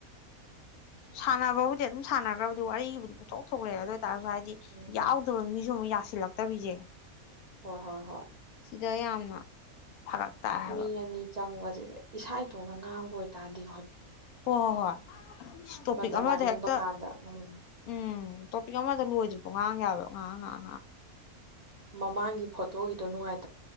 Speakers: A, on the left; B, on the right.
A: ꯁꯥꯟꯅꯕꯕꯨꯗꯤ ꯑꯗꯨꯝ ꯁꯥꯟꯅꯒ꯭ꯔꯕꯗꯨꯕꯨ ꯑꯩꯒꯤꯕꯨꯗꯤ ꯄꯪꯊꯣꯛ ꯊꯣꯛꯂꯛꯑꯦ ꯑꯗ ꯇꯥꯔꯁꯨ ꯍꯥꯏꯗꯤ
B: ꯎꯝ
A: ꯌꯥꯎꯗꯕ ꯃꯤꯁꯨ ꯑꯃꯨꯛ ꯌꯥꯁꯤꯜꯂꯛ ꯇꯕꯤꯖꯦ
B: ꯍꯣꯏ ꯍꯣꯏ ꯍꯣꯏ
A: ꯗ ꯌꯥꯝꯅ ꯐꯔꯛ ꯇꯥꯏ ꯍꯥꯏꯕ
B: ꯃꯤ ꯑꯅꯤ ꯆꯪꯕ ꯖꯤꯗ ꯏꯁꯥ ꯏꯇꯣꯟꯅ ꯉꯥꯡꯕ ꯑꯣꯏꯇꯥꯔꯗꯤ ꯍ
A: ꯍꯣꯏ ꯍꯣꯏ ꯍꯣꯏ ꯇꯣꯄꯤꯛ
B: ꯃꯇꯝ
A: ꯑꯃꯗ
B: ꯑꯔꯦꯝꯕ
A: ꯍꯦꯛꯇ
B: ꯀꯥꯟꯗ ꯎꯝ
A: ꯎꯝ ꯇꯣꯄꯤꯛ ꯑꯃꯗ ꯂꯣꯏꯗ꯭ꯔꯤꯕꯧ ꯉꯥꯡ ꯌꯥꯕ <unintelligible>
B: ꯃꯃꯥꯡꯒꯤ ꯐꯣꯇꯣꯒꯤ ꯗꯨ ꯅꯨꯡꯉꯥꯏ